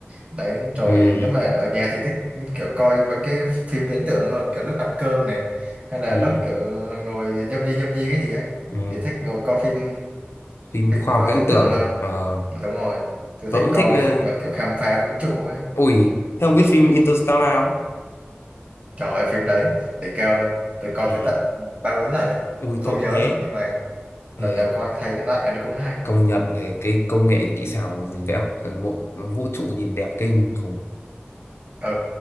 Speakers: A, on the right (about 30°); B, on the left (about 70°).
A: Đấy rồi
B: ừ,
A: nếu mà ở nhà thì thích kiểu coi mấy cái phim viễn tưởng hơn kiểu lúc ăn cơm nè hay là
B: ừ,
A: lúc kiểu ngồi nhâm nhi nhâm nhi cái gì ấy
B: ừ.
A: thì thích ngồi coi phim
B: Phim
A: phim
B: khoa học
A: ờ,
B: viễn
A: viễn
B: tưởng
A: tưởng hơn
B: ờ,
A: đúng rồi tôi
B: tôi
A: thích
B: cũng
A: coi
B: thích
A: mấy
B: ờ,
A: phim mà kiểu khám phá vũ trụ ấy
B: ui thế ông biết phim Interstellar không
A: trời ơi phim đấy để keo luôn tôi coi
B: ừ.
A: tới tận ba bốn lần đấy
B: ui
A: không
B: tôi cũng
A: nhớ
B: thế
A: luôn nhưng mà
B: Ờ,
A: lần nào coi thấy cái này nó cũng hay
B: công nhận về cái công nghệ kỹ xảo gì vẽ một vũ trụ nhìn đẹp kinh khủng
A: ừ